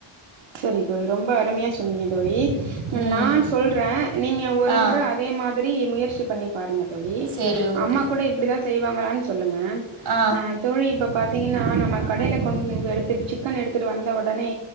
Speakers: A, on the right (about 70°); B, on the right (about 55°).
A: சரி தோழி ரொம்ப அருமையா சொன்னீங்க தோழி
B: ம்
A: நான் சொல்றேன் நீங்க ஒரு
B: ஆ
A: முற அதே மாதி ரி முயற்சி பண்ணி பாருங்க தோழி
B: சேரி ஓகே
A: அம்மா கூட இப்டி தா செய் ங்களான் சொல் ல்லுங்க
B: ஆ
A: அ தோழி இப்ப பாத்தீங்கன்னா நம்ம கடையில கொண் எடுத்து சிக்கன் எடுத்துட்டு வந்த ஒடனே